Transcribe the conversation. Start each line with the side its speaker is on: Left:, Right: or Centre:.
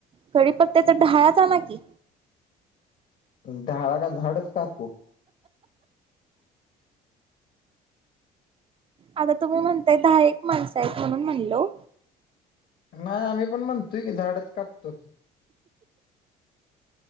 Right: कडी त्याचा ढाळचा आना की.
Left: ढाळा का? झाडच कापू.
Right: आता तुम्ही म्हणताय, दहा एक माणसं आहेत म्हणून म्हणलो.
Left: नाही आम्ही पण म्हणतोय की, झाडच कापतो.